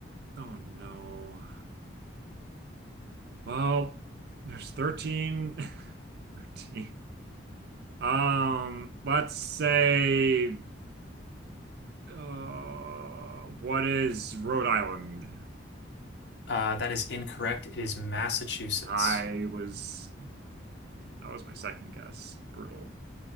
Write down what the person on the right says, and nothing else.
no. Well, there's 13, <laughs> 13. Um, let's say, uh, what is Rhode Island?
I was, that was my second guess. Brutal.